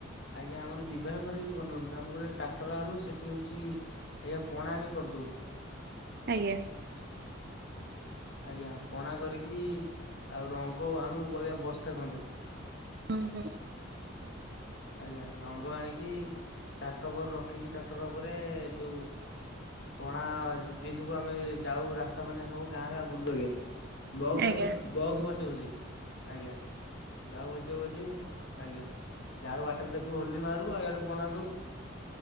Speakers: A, on the left; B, on the right.
A: ଆଜ୍ଞା ଆମର ବିଭାନ ଫିଭାନ କିଛି ବନୁଅନ୍ତିନି ଆମେ ଗୋଟେ ଟ୍ରାକ୍ଟର ଆଣୁ ସେଠି ହଉଛି ଆଜ୍ଞା ପଣା ଆଗେ କରିଦଉ।
B: ଆଜ୍ଞା!
A: ଆଜ୍ଞା ପଣା କରିକି ଆଉ ରଙ୍ଗ ଆଣୁ ଆଜ୍ଞା ବସ୍ତେ ଖଣ୍ଡେ।
B: ହୁ ହୁଁଁ
A: ଆଜ୍ଞା ରଙ୍ଗ ଆଣିକି ଟାକ୍ଟର ଉପରେ ରଖିକି ଟାକ୍ଟର ଉପରେ ଯୋଉ ପଣା ଯିଏ ସବୁ ଆମେ ଯାଉ ରାସ୍ତା ମାନେ ସବୁ ଗାଁ ଗାଁ ବୁଲୁ ଆଜ୍ଞା। ବସ
B: ଆଜ୍ଞା
A: ବକ୍ସ ବଜେଇ ବଜେଇ ଆଜ୍ଞା। ଯାଉ ବଜେଇ ବଜେଇ ଆଜ୍ଞା ଯାଉ ବାଟରେ ଦେଖୁ ହୋଲି ମାରୁ ଆଉ ଆଡେ ପଣା ଦଉ।